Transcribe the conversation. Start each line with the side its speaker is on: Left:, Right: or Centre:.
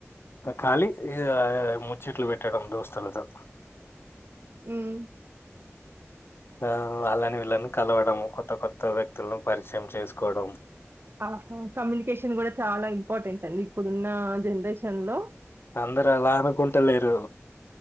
Left: కాలీ ఇగ ముచ్చట్లు పెట్టడం దోస్తులతో
Right: ఉమ్
Left: ఆ వాళ్ళని వీళ్ళని కలవడం కొత్త కొత్త వ్యక్తులను పరిచయం చేసుకోవడం
Right: ఆ హా కమ్యూనికేషన్ కూడ చాలా ఇంపార్టెంటండి ఇప్పుడున్న జనరేషన్లో
Left: అందరు అలా అనుకుంట లేరు